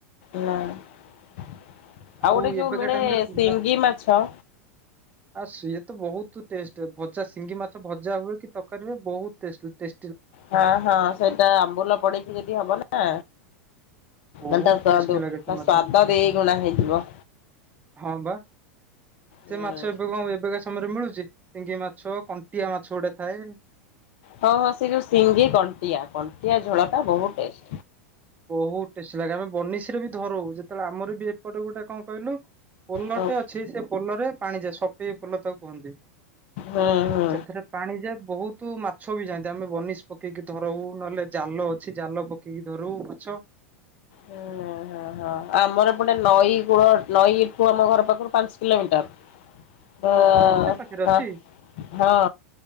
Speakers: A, on the left; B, on the right.
A: ନା ଆଉ
B: ଆଉ
A: ଗୋଟେ ଯୋଉ
B: ଏବେକା
A: ମିଳେ
B: ଟାଇମ ରେ ଚୁନା
A: ଶିଙ୍ଗି ମାଛ।
B: ଆଉ ସିଏ ତ ବୋହୁତୁ ଟେଷ୍ଟେ ଭଜା ସିଙ୍ଗି ମାଛ ଭଜା ହୁଏ କି ତରକାରୀ ହୁଏ ବୋହୁତ ଟେଷ୍ଟ ଟେ
A: ହଁ ହଁ ସେଇଟା ଆମ୍ବୁଲ ପଡିକି ଯଦି ହବ ନା
B: ବହୁତ
A: ତାହେଲେ ତା ତା
B: ଟେଷ୍ଟି
A: ଦୋଉ
B: ଲାଗେ ସେ
A: ତା
B: ମାଛ
A: ସ୍ଵାଦ ଦି ଗୁଣା ହେଇଯିବ।
B: ହଁ ପା।
A: ହୁଁ
B: ସେ ମାଛ ଏବେ କୋଉ ଏବେକା ସମୟରେ ମିଳୁଚି ସିଙ୍ଗି ମାଛ, କଣ୍ଟିଆ ମାଛ ଗୋଟେ ଥାଏ।
A: ହଁ ହଁ ସେ ଯୋଉ ସିଙ୍ଗି କଣ୍ଟିଆ, କଣ୍ଟିଆ ଝୋଳଟା ବୋହୁତ ଟେଷ୍ଟ।
B: ବୋହୁତ ଟେଷ୍ଟି ଲାଗେ ଆମେ ବନିଶୀରେ ବି ଧରୋଉ ଯେତେଳେ ଆମର ବି ବି ଏପଟେ ଗୋଟେ କଣ କହିଲୁ ପୋଲଟେ
A: ହଁ
B: ଅଛି ସେ ପୋଲରେ ପାଣି ଯାଏ ସପେଇ ପୋଲ ତାକୁ କୁହନ୍ତି।
A: ହୁଁ ହୁଁ।
B: ସେଥିରେ ପାଣି ଯାଏ ବୋହୁତୁ ମାଛ ବି ଯାଆନ୍ତି ଆମେ ବନିଶ ପକେଇକି ଧରୋଉ ନହେଲେ ଜାଲ ଅଛି ଜାଲ ପ ଇକି ଧରୁ ମାଛ।
A: ହୁଁଁ ଅହଁ। ଅହଁ ଆମର ଏପଟେ ନଈ କୂଳ ନଈଠୁ ଆମ ଘର ପାଖରୁ ପାଞ୍ଚ କିଲୋମିଟର। ଦ
B: ଓହୋ ଏତେ ପାଖରେ
A: ତ
B: ଅଛି
A: ହଁ